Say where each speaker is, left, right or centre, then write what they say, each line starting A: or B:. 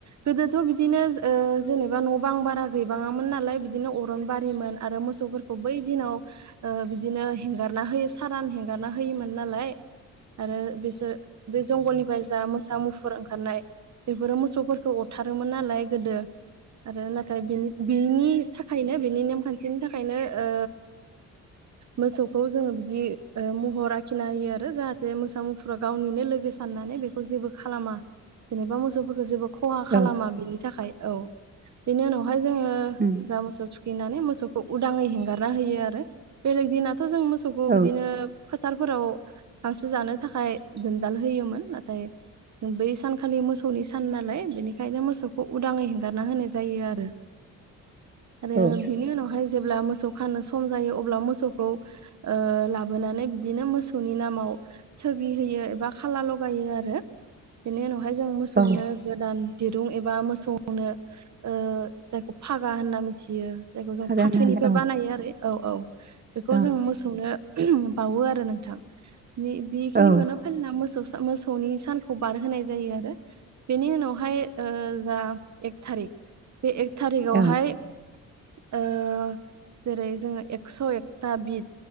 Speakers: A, on the right (about 50°); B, on the right (about 25°).
A: गोदोथ' बिदिनो ओ जेनेबा न' बां बारा गैबाङामोन नालाय बिदिनो अरन बारिमोन आरो मोसौफोरखौ बै दिनाव ओ बिदिनो हेंगारना होयो सारान हेंगारना होयोमोन नालाय आरो बिसोर बे जंगलनिफ्राय जा मोसा मुफु फोर ओंखारनाय बेफोरो मोसौफोरखौ अरथारोमोन नालाय गोदो आरो नाथाय बेनि बेनि थाखायनो बिनि नेमखान्थिनि थाखायनो ओ मोसौखौ जोङो बिदि महर आखिना होयो आरो जाहाथे मोसा मुफुरा गावनिनो लोगो सान नानै बेखौ जेबो खालामा जेनेबा मोसौफोरखौ जेबो खहा खालामा
B: औ औ
A: बिनि थाखाय औ बेनि उनावहाय जोङो
B: उम
A: जा मोसौ थुखैनानै मोसौखौ उदाङै हेंगारना होयो आरो बेलेग दिनाथ' जों मोसौखौ
B: औ
A: बिदिनो फोथारफोराव गांसो जानो थाखाय दोनदाल होयोमोन नाथाय जों बै सानखालि मोसौनि सान नालाय बेनिखायनो मोसौखौ उदाङै हेंगारना होनाय जायो आरो
B: औ
A: आरो बिनि उनावहाय जेब्ला मोसौ खानो सम जायो अब्ला मोसौखौ ओ लाबोनानै बिदिनो मोसौनि नामाव थोगि होयो एबा खाला लगायो आरो बिनि उनावहाय जों मोसौनो
B: औ
A: गोदान दिरुं एबा मोसौनो ओ जायखौ फागा होनना मिथियो जायखौ जों
B: फागा
A: फाथैनिफ्राय
B: लानानै औ
A: बानायो आरो औ औ बेखौ
B: औ
A: जोंङो मोसौनो बावो आरो नोंथां बेखिनिखौनो
B: औ
A: फालिना मोसौ मोसौनि सानखौ बारहोनाय जायो आरो बेनि उनावहाय ओ जा एक थारिक बे एक थारिकावहाय
B: औ
A: ओ जेरै जोङो एक्स' एकथा बिद